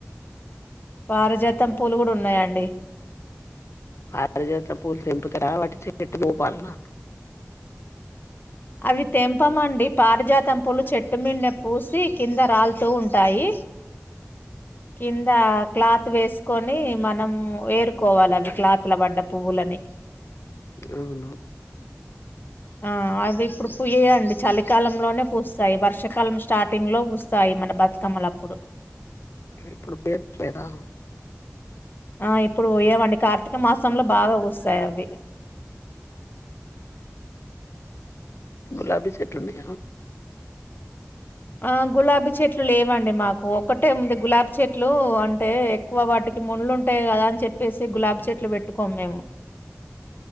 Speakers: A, on the left; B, on the left.
A: పారిజాతం కూడున్నాయండి
B: పారిజత పూలు తెంపుతారా వాటి చెట్టు మూపాలన
A: అవి తెంపమండి పారిజాతంపూలు చెట్టు మీదె పూసి కింద రాలుతు ఉంటాయి కింద క్లాత్ వేసుకొని మనం వేరుకోవాలి అవి క్లాత్ల పడ్డ పువ్వులన్ని
B: అవును
A: ఆ అవి ఇప్పుడు పూయలే అండి చలికాలంలోనే పూస్తాయి వర్షాకాలం స్టార్టింగ్ లో పూస్తాయి మన బతుకమ్మలప్పుడు
B: ఇప్పుడు పీక్ లేదా
A: ఆ ఇప్పుడు పూయవండి కార్తీక మాసంలో బాగా పూస్తాయవి
B: గులాబీ చెట్లు ఉన్నాయా
A: ఆ గులాబీ చెట్లు లేవండి మాకు ఒకటే ఉంది. గులాబీ చెట్లు అంటే ఎక్కువ వాటికి ముళ్లు ఉంటాయి కదా. అని చెప్పేసి గులాబీ చెట్లు పెట్టుకోము మేము.